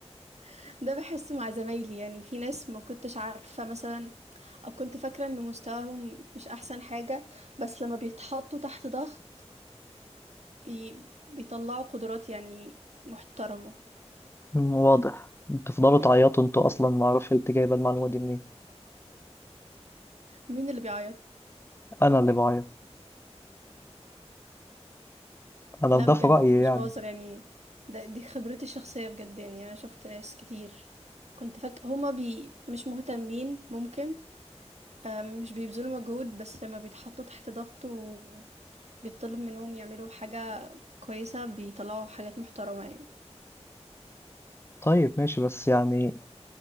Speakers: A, on the right; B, on the left.
A: <laughs> ده بحسه مع زمايلي يعني في ناس ما كنتش عارفة مثلا او كنت فاكره ان مستواهم مش احسن حاجه بس لما بيتحطوا تحت ضغط بي... بيطلعوا قدرات يعني محترمه
B: م- واضح بتفضلوا
A: من...
B: تعيطوا انتوا اصلا ما اعرفش انت جايبه المعلومه دي منين
A: مين اللي بيعيط
B: انا اللي بعيط انا
A: لا
B: ده
A: بجد
B: في رايي
A: مش
B: يعني
A: بهزر يعني ده دي خبرتي الشخصيه بجد يعني انا شفت ناس كتير كنت فاكره هما بي... مش مهتمين ممكن آه، مش بيبذلوا مجهود بس لما بيتحطوا تحت ضغط وبيطلب منهم يعملوا حاجه كويسه بيطلعوا حاجات محترمه
B: طيب ماشي بس يعني